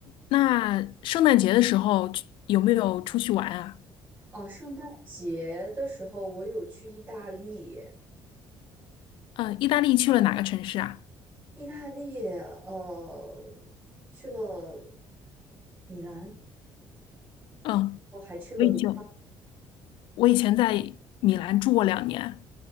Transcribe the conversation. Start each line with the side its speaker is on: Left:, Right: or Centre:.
Left: 那圣诞节的时候去有没有出去玩啊？
Right: 哦，圣诞节的时候我有去意大利，
Left: 嗯，意大利去了哪个城市啊？
Right: 意大利，呃，去了米兰，
Left: 嗯，
Right: 哦，还去了卢，
Left: 我以前我以前在米兰住过两年。